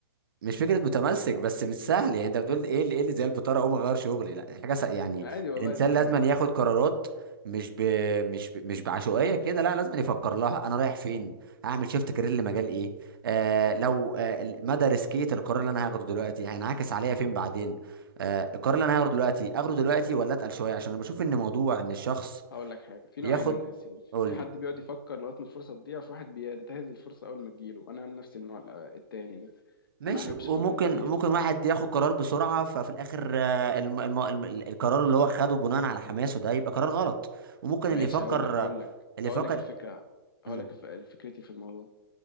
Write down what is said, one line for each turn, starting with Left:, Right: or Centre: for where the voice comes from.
Right: مش فكره متمسك بس مش سهل يعني انت بتقول ايه اللي ايه اللي زي البطاره اقوم اغير شغلي لا حاجه س... يعني
Left: عادي والله
Right: الانسان
Left: سهلة
Right: لازم
Left: جدا
Right: ياخد قرارات مش ب... مش ب... مش بعشوائيه كده لا لازم يفكر لها انا رايح فين هعمل شيفت كارير لمجال ايه آه لو آه ال- مدى ريسكيه القرار اللي انا هاخده دلوقتي هينعكس عليا فين بعدين آه القرار اللي انا هاخده دلوقتي اخده دلوقتي ولا اتقل شويه عشان انا بشوف ان موضوع ان الشخص
Left: هقول لك حاجة في
Right: ياخد
Left: نوعين من الناس يعني
Right: قول
Left: في
Right: لي
Left: حد بيقعد يفكر لغاية ما الفرصة تضيع وفي واحد بينتهز الفرصة أول ما تجيله أنا عن نفسي النوع ال- التاني ده
Right: ماشي
Left: أنا ما بحبش
Right: وممكن
Left: أفكر كتير
Right: ممكن واحد ياخد قرار بسرعة ففي الآخر آه، الم... الم... الم... القرار اللي هو خده بناء على حماسه ده يبقى قرار غلط وممكن
Left: ماشي
Right: اللي يفكر
Left: هقول لك هقول لك
Right: اللي
Left: هقول
Right: يفكر
Left: لك الفكرة هقول
Right: امم
Left: لك الف- فكرتي في الموضوع